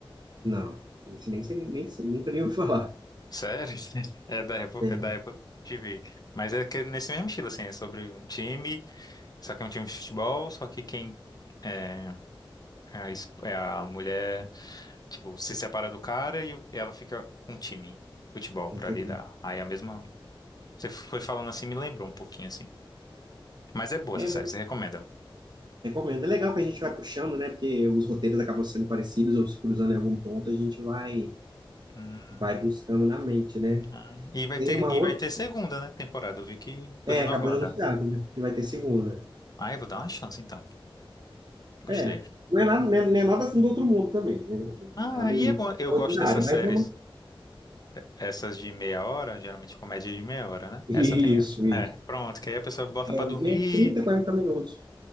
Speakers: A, on the right (about 50°); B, on the left (about 45°).
A: Não, isso nem, sei- nem, sei- nunca nem ouvi falar.
B: Sério? <laughs> É da Apple,
A: É,
B: é da Apple TV. Mas é que nesse mesmo estilo, assim, é sobre um time, só que é um time de futebol, só que quem é é a, es- é a mulher, tipo, se separa do cara e o- ela fica com um time de futebol pra
A: não tem.
B: lidar. Aí a mesma. Você foi falando assim, me lembrou um pouquinho, assim. Mas é boa
A: É,
B: essa série, você recomenda.
A: Recomendo. É legal que a gente vai puxando, né? Porque os roteiros acabam sendo parecidos ou se cruzando em algum ponto, a gente vai,
B: Hum,
A: vai buscando na mente, né?
B: ah. E vai
A: Tem
B: ter,
A: uma
B: e
A: outra.
B: vai ter segunda, né, temporada. Eu vi que foi
A: É,
B: renovada.
A: acabou de anunciar que que vai ter segunda.
B: Ah, eu vou dar uma chance, então. Gostei.
A: É. Não é nada, não é, não é nada assim do outro mundo também, né?
B: Ah,
A: Nada
B: é, e
A: muito
B: é bom. Eu
A: extraordinário,
B: gosto dessas
A: mas
B: séries
A: é uma. <laughs>
B: Essas de meia hora, geralmente comédia de meia hora, né?
A: Isso,
B: Essa tem meia.
A: isso.
B: É, pronto, que aí a pessoa bota
A: É,
B: pra dormir,
A: né, 30, 40 minutos.